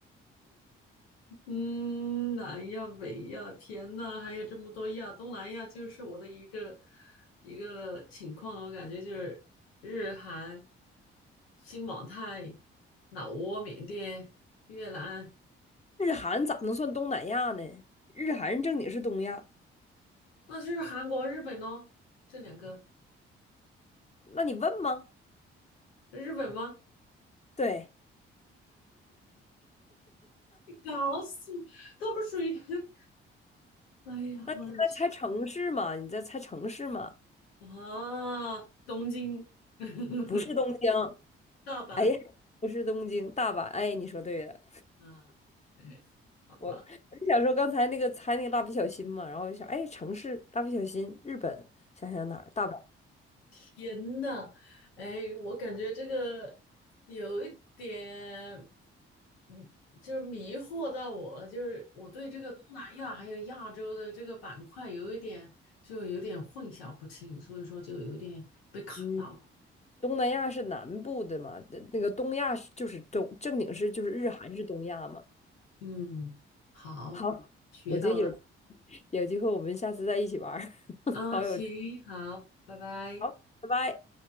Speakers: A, on the left (about 85°); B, on the left (about 20°).
A: 嗯，南亚、北亚、天呐，还有这么多亚，东南亚就是我的一个一个情况了。我感觉就是日韩、新马泰、老挝、缅甸、越南，
B: 日韩咋能算东南亚呢？日韩正经是东亚，
A: 那就是韩国、日本咯。这两个，
B: 那你问吗？
A: 日本吗？
B: 对，
A: 你搞死我，它不属于。<laughs> 哎呀，
B: 你在猜城市嘛？
A: 我的去
B: 你在猜城市嘛？
A: 啊！东京、<laughs>
B: 不是东京，
A: 大阪
B: 哎呀不是东京，大阪，哎，你说对了，
A: 啊，对，好吧。
B: 我我就想说刚才那个猜那个蜡笔小新嘛，然后我就想，哎，城市，蜡笔小新，日本，想想哪儿，大阪，
A: 天呐，哎，我感觉这个有一点，嗯，就是迷惑到我了。就是我对这个东南亚还有亚洲的这个板块有一点，就有点混淆不清，所以说就有一点被卡到了。
B: 嗯。东南亚是南部的嘛，那那个东亚是就是正正经是就是日韩是东亚嘛。
A: 嗯，好，
B: 好，
A: 学到了。
B: 我觉得有有机会我们下次再一起玩儿 <laughs>
A: 嗯，
B: 好有，
A: 行，好，拜拜。
B: 好，拜拜。